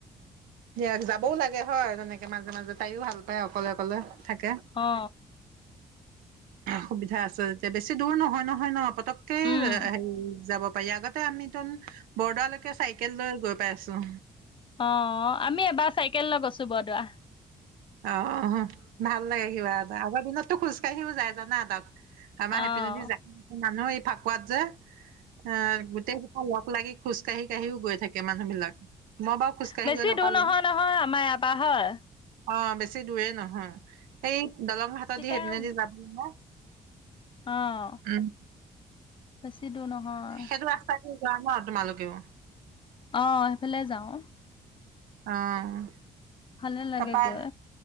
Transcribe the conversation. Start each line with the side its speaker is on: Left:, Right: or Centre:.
Right: দিয়ক যাবও লাগে হয় তেনেকে মাজে মাজে তাইও ভাল পায় অক অকলে অকলে থাকে
Left: অ অ
Right: সুবিধা আছে তে বেছি দূৰ নহয় নহয় ন পতকে
Left: উম।
Right: হেৰি যাব পাৰি আগতে আমি তোন বৰ্দাৰলৈকে চাইকেল লৈ গৈ পাইছোঁ।
Left: অ আমি এবাৰ চাইকেল লৈ গৈছো বৰদোৱা
Right: অ অ ভাল লাগে কিবা এটা আগৰ দিনততো খোজকাঢ়িও যায় জানা তাক আমাৰ
Left: অ',
Right: সেপেনে জাক মানুহ এই ফাকুৱাত যে অ গোটেইখোপা লগলাগি খোজ কাঢ়ি কাঢ়িও গৈ থাক মানুহ বিলাক মই বাও খোজকাঢ়ি
Left: বেছি
Right: গৈ নাপালো
Left: দূৰ নহয় নহয় আমাৰ ইয়াৰ পৰা হয়।
Right: অ বেছি দূৰে নহয় সেই দলং হাটত
Left: পিতাইও
Right: দি সেইপনেদি যাব লাগে।
Left: অ',
Right: উম
Left: বছি দূৰ নহয়।
Right: সেইটো ৰাস্তা যোৱা ন তোমালোকেও
Left: অহ সেইফালে যাও
Right: আহ
Left: ভালে লাগে
Right: তাপায়
Left: গৈ।